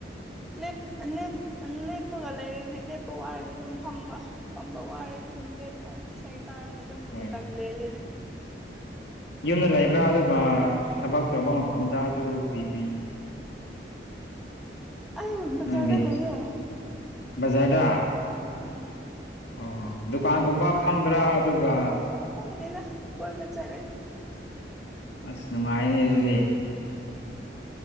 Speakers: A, in the centre; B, on the left (about 80°).
A: ꯂꯦꯞ ꯂꯦꯞ ꯑꯂꯦꯞꯄꯒ ꯂꯩꯔꯦꯅꯦ ꯂꯦꯞꯄ ꯋꯥꯔꯗꯤ ꯑꯗꯨꯝ ꯐꯝꯕ ꯐꯝꯕ ꯋꯥꯔꯦ ꯑꯗꯨꯝ ꯂꯦꯞꯄ ꯏꯁꯩ ꯇꯥꯔꯒ ꯑꯗꯨꯝ
B: ꯍꯣꯏ
A: ꯃꯇꯝ ꯂꯦꯜꯂꯤ
B: ꯌꯨꯝꯗ ꯂꯩꯕ꯭ꯔꯥ ꯑꯗꯨꯒ ꯊꯕꯛ ꯇꯧꯕ ꯃꯐꯝꯗ ꯑꯗꯨ ꯀ꯭ꯔꯤ ꯀ꯭ꯔꯤ
A: ꯑꯩ ꯕꯖꯥꯔꯗ
B: ꯅꯪꯗꯤ
A: ꯂꯩꯌꯦ
B: ꯕꯖꯥꯔꯗ
A: ꯎꯝ
B: ꯑꯣ ꯗꯨꯀꯥꯟꯒꯨꯝꯕ ꯐꯝꯕ꯭ꯔꯥ ꯑꯗꯨꯒ
A: ꯐꯝꯗꯦꯗ ꯇꯣꯏꯕ ꯆꯠꯂꯦ
B: ꯑꯁ ꯅꯨꯡꯉꯥꯏꯅꯦ ꯑꯗꯨꯗꯤ